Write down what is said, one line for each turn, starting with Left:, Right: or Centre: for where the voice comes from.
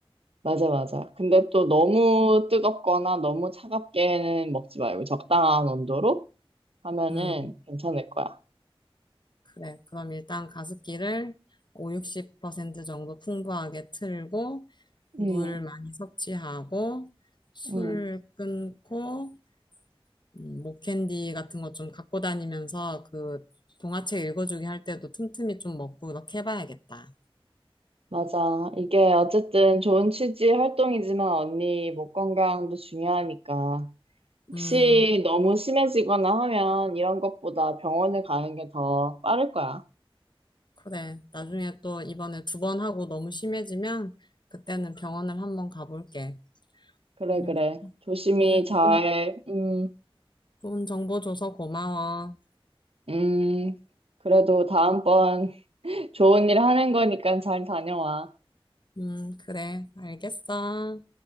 Right: 맞아, 맞아. 근데 또 너무 뜨겁거나 너무 차갑게는 먹지 말고 적당한 온도로 하면은
Left: 음,
Right: 괜찮을 거야.
Left: 그래. 그럼 일단 가습기를 5, 60% 정도 풍부하게 틀고, 물
Right: 응
Left: 많이 섭취하고, 술
Right: 응.
Left: 끊고, 음, 목캔디 같은 거 좀 갖고 다니면서 그 동화책 읽어주기 할 때도 틈틈이 좀 먹고 이렇게 해봐야겠다.
Right: 맞아. 이게 어쨌든 좋은 취지 활동이지만 언니 목 건강도 중요하니까. 혹시
Left: 음,
Right: 너무 심해지거나 하면 이런 것보다 병원에 가는 게 더 빠를 거야.
Left: 그래. 나중에 또 이번에 두 번 하고 너무 심해지면 그때는 병원을 한번 가볼게.
Right: 그래,
Left: 오늘
Right: 그래. 조심히
Left: 오늘
Right: 잘,
Left: 좋은
Right: 음,
Left: 좋은 정보 줘서 고마워.
Right: 음, 그래도 다음번 <laughs> 좋은 일 하는 거니까 잘 다녀와.
Left: 음, 그래. 알겠어.